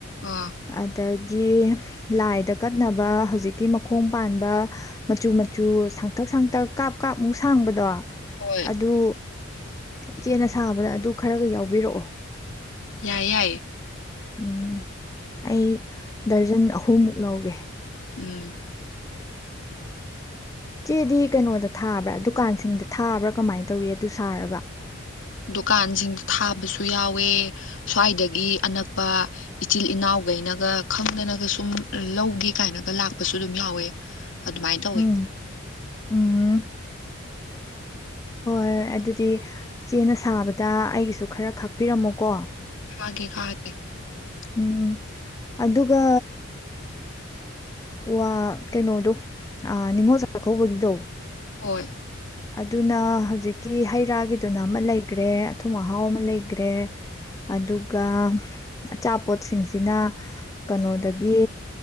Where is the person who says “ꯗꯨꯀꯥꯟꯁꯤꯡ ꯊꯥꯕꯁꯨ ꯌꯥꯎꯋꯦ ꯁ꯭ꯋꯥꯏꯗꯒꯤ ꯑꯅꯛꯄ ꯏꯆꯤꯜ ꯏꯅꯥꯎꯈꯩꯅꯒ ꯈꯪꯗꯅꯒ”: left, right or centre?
Left